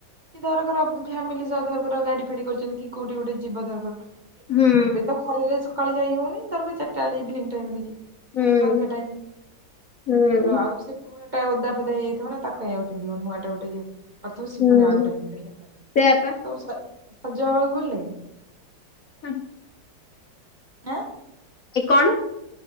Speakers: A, on the right; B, on the left.
A: ଏଇ ଧରକର ଉଁ, ଫ୍ୟାମିଲି ସହ ଧରକର ଗାଡି ଫାଡି କରିଚନ୍ତି କି କୋଉଠି ଗୋଟେ ଯିବେ ଧରକର
B: ହୁଁ
A: ଏ-ଏବେ ତ ଖରାରେ ସ କାଳେ ଯାଇ ହଉନି ଧରକ ଏଇ ଚାରିଟା ବେଲେ ଇଭିନିଙ୍ଗ ଟାଇମ୍ ରେ ଯିବେ
B: ହୁଁ
A: ତାର
B: ହୁଁ
A: ସନ୍ଧ୍ୟା ଟାଇମ୍
B: ହୁଁ
A: ଟା ଓଦା ଫଦା ହେଇଏଇଥିବ ନା ତାକ କାଇଁ ଆଉ ପିନ୍ଧିବ, ନୂଆଟା ଗୋଟେ ଯେଉ କରିଥିବ ସେ
B: ହୁଁ
A: ପୁଣି ଆଉ ଗୋଟେ ପିନ୍ଧଲେ ଚାଲିଲା,
B: ସେୟାପା
A: ତାକୁ ସେ ସଜ ହବାକୁ ଭଲ ଲାଗେ?
B: ହଁ, ହଁ।
A: ନା
B: ଯେ କଣ?